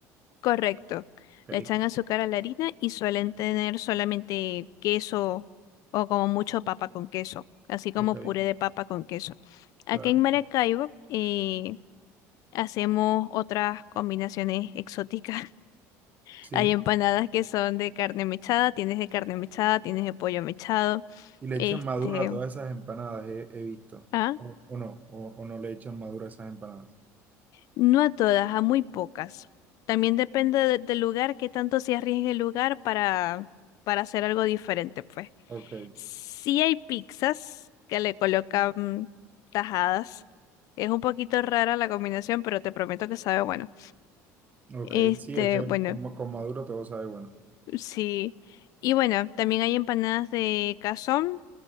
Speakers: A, on the left; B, on the right.
A: Correcto.
B: Ok.
A: Le echan azúcar a la harina y suelen tener solamente queso o como mucho papa con queso, así como
B: Ok,
A: puré de papa con queso. Aquí
B: claro.
A: en Maracaibo
B: sí.
A: eh, hacemos otras combinaciones exóticas. <laughs>
B: Sí,
A: Hay empanadas que son de carne mechada, tienes de carne mechada, tienes de pollo mechado.
B: y le
A: Este,
B: echan madura a todas esas empanadas, he, he visto.
A: ah,
B: O, o no, o, o no le echan madura a esas empanadas.
A: no a todas, a muy pocas. También depende de- del lugar, qué tanto se arriesgue el lugar para, para hacer algo diferente, pues.
B: Ok,
A: Sí hay pizzas que le colocan tajadas. Es un poquito rara la combinación, pero te prometo que sabe bueno.
B: ok,
A: Este,
B: sí, es que
A: bueno,
B: con, ma- con maduro todo sabe bueno.
A: sí. Y bueno, también hay empanadas de cazón,